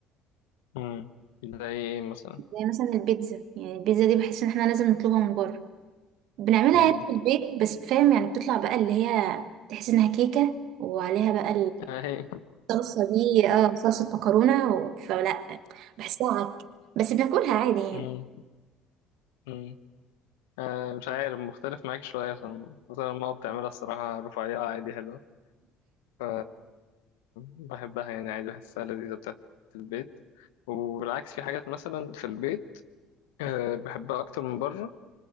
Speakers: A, on the left; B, on the right.
A: امم ده ايه مثلا
B: زي مثلا البيتزا يعني البيتزا دي بحس ان احنا لازم نطلبها من بره بنعملها
A: امم
B: هنا في البيت بس فاهم يعني بتطلع بقى اللي هي تحس انها كيكة وعليها بقى
A: اهي
B: الصلصة دي اه صلصة مكرونة و- فلا بحسها عك بس بناكلها عادي يعني
A: امم امم آه مش عارف مختلف معاك شويه عشان مثلا ماما بتعملها الصراحه رفيعه عادي حلوه ف بحبها يعني عادي بحسها لذيذه بتاعت البيت وبالعكس في حاجات مثلا في البيت آه بحبها اكتر من بره